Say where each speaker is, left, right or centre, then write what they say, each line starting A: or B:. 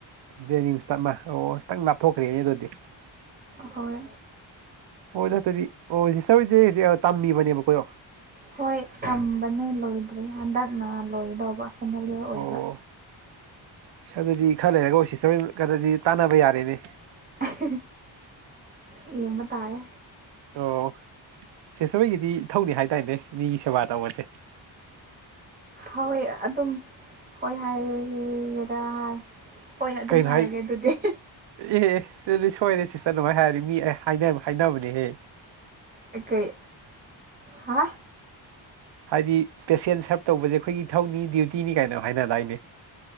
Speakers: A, on the right; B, on the right.
A: ꯖꯦꯅꯤꯝꯁꯇ ꯑꯃ ꯑꯣ ꯈꯤꯇꯪ ꯂꯥꯞꯊꯣꯛꯈ꯭ꯔꯦꯅꯦ ꯑꯗꯨꯗꯤ
B: ꯍꯣꯏ
A: ꯑꯣ ꯅꯇꯗꯤ ꯑꯣ ꯁꯤꯁꯇꯔꯍꯣꯏꯁꯦ ꯖꯤꯛ ꯇꯝꯃꯤꯕꯅꯦꯕ ꯀꯣꯍꯣ
B: ꯍꯣꯏ ꯇꯝꯕꯅꯦ ꯂꯣꯏꯗꯔ꯭ꯤ ꯍꯟꯗꯛꯅ ꯂꯣꯏꯗꯧꯕ ꯐꯦꯃꯤꯂꯤ ꯑꯣꯏꯕꯥ
A: ꯑꯣ ꯑꯗꯨꯗꯤ ꯈꯔ ꯂꯩꯔꯒ ꯑꯣ ꯁꯤꯁꯇꯔ ꯍꯣꯏꯗꯤ ꯇꯥꯟꯅꯕ ꯌꯥꯔꯦꯅꯦ
B: ꯍꯦ ꯍꯦ ꯌꯦꯡꯕ ꯇꯥꯔꯦ
A: ꯑꯣ ꯁꯤꯁꯠꯔꯍꯣꯏꯒꯤꯗꯤ ꯏꯊꯧꯅꯦ ꯍꯥꯏꯗꯥꯏꯅꯦ ꯃꯤꯒꯤ ꯁꯦꯕꯥ ꯇꯧꯕꯁꯦ
B: ꯍꯣꯏ ꯑꯗꯨꯝ ꯍꯣꯏ ꯍꯥꯏꯔ ꯍꯥꯏ ꯍꯣꯏ ꯑꯗꯨꯝ
A: ꯀꯩꯅꯣ
B: ꯍꯥꯏꯔꯒꯦ
A: ꯍꯥꯏ
B: ꯑꯗꯨꯗꯤ
A: ꯑꯦ ꯍꯦ ꯑꯗꯨꯗꯤ ꯁꯣꯏꯔꯦ ꯁꯤꯁꯇꯔ ꯑꯗꯨꯃꯥꯏ ꯍꯥꯏꯔꯤ ꯃꯤꯑꯦ ꯍꯥꯏꯅꯕꯅꯦꯍꯦ
B: ꯑꯩꯀꯩ ꯍꯥ
A: ꯍꯥꯏꯗꯤ ꯄꯦꯁꯦꯟ ꯁꯔꯚ ꯇꯧꯕꯁꯦ ꯑꯩꯈꯣꯏꯒꯤ ꯏꯊꯧꯅꯤ ꯗ꯭ꯌꯨꯇꯤꯅꯤ ꯀꯥꯏꯅ ꯍꯥꯏꯅꯗꯥꯏꯅꯦ